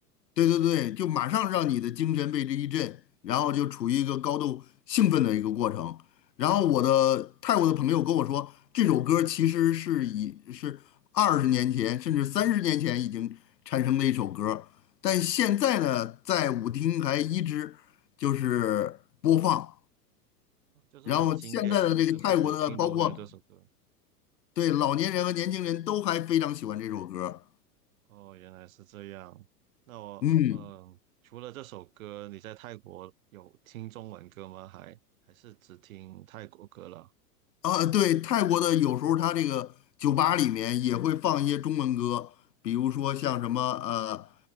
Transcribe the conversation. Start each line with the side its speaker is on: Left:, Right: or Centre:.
Left: 对对对，就马上让你的精神被之一振，然后就处于一个高度兴奋的一个过程。然后我的泰国的朋友跟我说，这首歌其实是以是二十年前甚至三十年前已经产生的一首歌，但现在呢，在舞厅还一直就是播放。
Right: 啊就是很经典，
Left: 然后现在的这个泰国的，
Right: 就是我听都会用这首歌。
Left: 包括对老年人和年轻人都还非常喜欢这首歌。
Right: 哦，原来是这样。那我，
Left: 嗯，
Right: 嗯，除了这首歌，你在泰国有听中文歌吗？还还是只听泰国歌了？
Left: 啊，对，泰国的有时候他这个酒吧里面也会放一些中文歌，比如说像什么呃